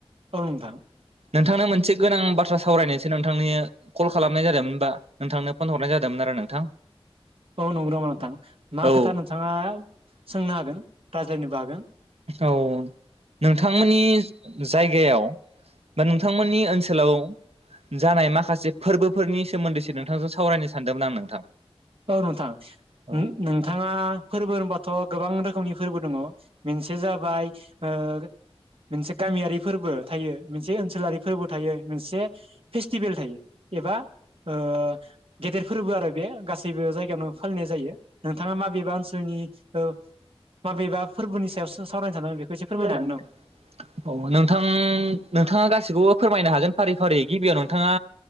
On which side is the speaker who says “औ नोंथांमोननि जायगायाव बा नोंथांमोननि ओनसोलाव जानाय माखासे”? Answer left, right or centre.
Right